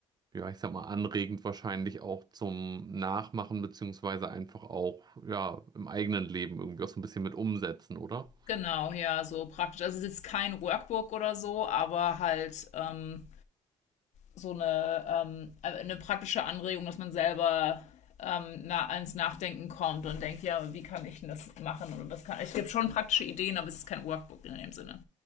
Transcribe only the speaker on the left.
Genau, ja, so praktisch. Also es ist jetzt kein Workbook oder so, aber halt ähm, so eine, ähm, äh, eine praktische Anregung, dass man selber ähm, na, ans Nachdenken kommt und denkt, ja, wie kann ich denn das machen? Oder was kann, es gibt schon praktische Ideen, aber es ist kein Workbook in dem Sinne.